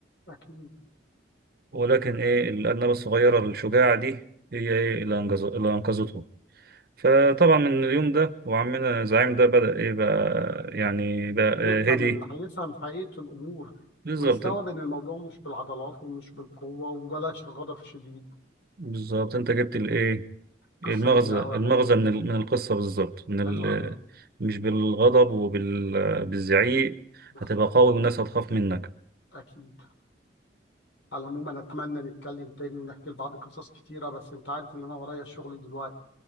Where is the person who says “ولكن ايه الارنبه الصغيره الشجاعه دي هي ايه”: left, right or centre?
Right